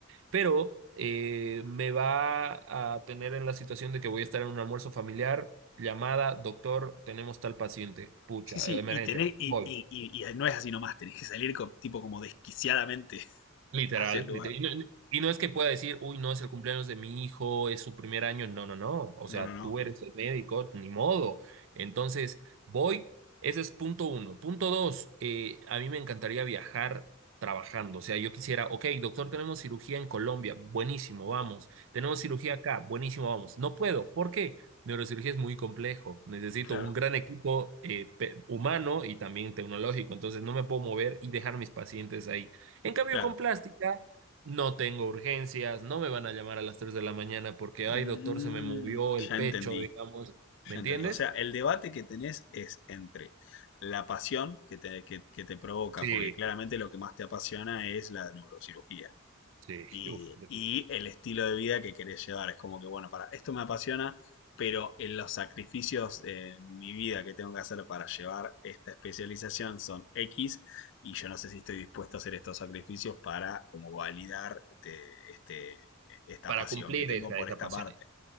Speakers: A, on the right; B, on the left.
A: pero eh, me va a tener en la situación de que voy a estar en un almuerzo familiar. Llamada, doctor, tenemos tal paciente. Pucha,
B: Sí, sí,
A: eh, emergencia.
B: y, tenés, y,
A: Voy.
B: y, y, y no es así nomás, tenés que salir co- tipo como desquiciadamente <laughs>
A: Literal,
B: hacia el lugar.
A: literal. Y no, no, y no es que pueda decir, uy, no es el cumpleaños de mi hijo, es su primer año. No, no, no. O
B: No,
A: sea,
B: no, no.
A: tú eres el médico, ni modo. Entonces, voy. Ese es punto uno. Punto dos, eh, a mí me encantaría viajar trabajando. O sea, yo quisiera, ok, doctor, tenemos cirugía en Colombia. Buenísimo, vamos. Tenemos cirugía acá. Buenísimo, vamos. No puedo. ¿Por qué? Neurocirugía es muy complejo. Necesito
B: Claro,
A: un gran equipo eh, pe- humano y también tecnológico. Entonces, no me puedo mover y dejar mis pacientes ahí. En cambio,
B: claro.
A: con plástica no tengo urgencias, no me van a llamar a las 3 de la mañana porque,
B: Mm,
A: ay, doctor, se me movió
B: ya
A: el pecho,
B: entendí,
A: digamos.
B: ya
A: ¿Me entiendes?
B: entendí. O sea, el debate que tenés es entre la pasión que te, que- que te provoca,
A: Sí,
B: porque claramente lo que más te apasiona es la neurocirugía.
A: sí,
B: y,
A: uf, definitivamente.
B: y el estilo de vida que querés llevar. Es como que, bueno, para esto me apasiona, pero en los sacrificios en mi vida que tengo que hacer para llevar esta especialización son X y yo no sé si estoy dispuesto a hacer estos sacrificios para como validar este, este- esta
A: para
B: pasión
A: cumplir
B: que tengo
A: esa,
B: por
A: esa
B: esta
A: pasión.
B: parte.